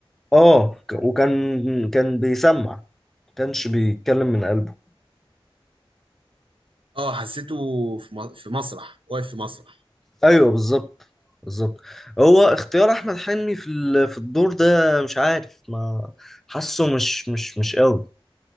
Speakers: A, in the centre; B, on the right.
A: اه ك- وكان كان بيسمع ما كانش بيتكلم من قلبه
B: اه حسيته في م- في مسرح واقف في مسرح
A: ايوه بالظبط بالظبط هو اختيار احمد حلمي في ال- في الدور ده مش عارف ما حاسه مش مش مش قوي